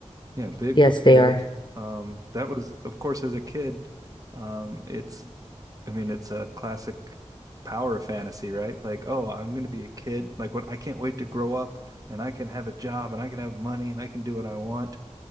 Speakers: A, on the right; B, on the left.
A: Yeah, Big
B: Yes,
A: was good.
B: they are.
A: Um, that was, of course, as a kid, um, it's, I mean, it's a classic power fantasy, right? Like, oh, I'm going to be a kid. Like, when I can't wait to grow up and I can have a job and I can have money and I can do what I want.